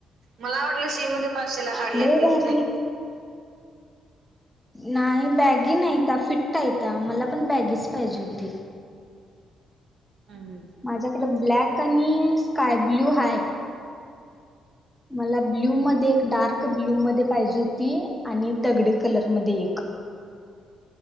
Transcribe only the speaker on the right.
मला आवटलं. शे मध्ये पाचशे ला हडल्या
तीन.
हम. हम